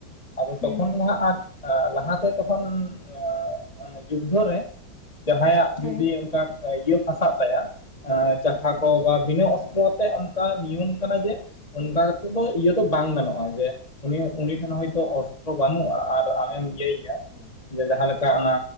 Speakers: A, on the left; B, on the left.
A: ᱟᱫᱚ
B: ᱦᱮᱸ
A: ᱛᱚᱠᱷᱚᱱ ᱜᱮ ᱦᱟᱸᱜ ᱟᱨ ᱟ ᱞᱟᱦᱟᱛᱮ ᱛᱚᱠᱷᱚᱱ <inaudible> ᱡᱩᱫᱽᱫᱷᱚ ᱨᱮ ᱡᱟᱦᱟᱸᱭᱟᱜ
B: ᱦᱮᱸ
A: ᱡᱩᱫᱤ ᱚᱱᱠᱟ, ᱤᱭᱟᱹ ᱯᱷᱟᱥᱟᱜ ᱛᱟᱭᱟ ᱡᱟᱦᱟ ᱠᱚ ᱵᱟ ᱵᱤᱱᱟᱹ ᱚᱥᱛᱨᱚ ᱟᱛᱮᱜ ᱚᱱᱠᱟ ᱱᱤᱭᱚᱢ ᱠᱟᱱᱟ ᱡᱮ ᱾ ᱚᱱᱠᱟ ᱠᱟᱛᱮᱜ ᱫᱚ ᱤᱭᱟᱹ ᱫᱚ ᱵᱟᱝ ᱜᱟᱱᱚᱜᱼᱟ ᱡᱮ, ᱩᱱᱤᱭᱟᱜ ᱩᱱᱤ ᱴᱷᱮᱱ ᱦᱚᱭᱛᱚ ᱚᱥᱛᱨᱚ ᱵᱟᱹᱱᱩᱜᱼᱟ ᱟᱨ ᱟᱢᱮᱢ ᱤᱭᱟᱹᱭᱮᱭᱟ ᱾
B: ᱦᱮᱸ
A: ᱡᱮ ᱡᱟᱦᱟᱸ ᱞᱮᱠᱟ ᱚᱱᱟ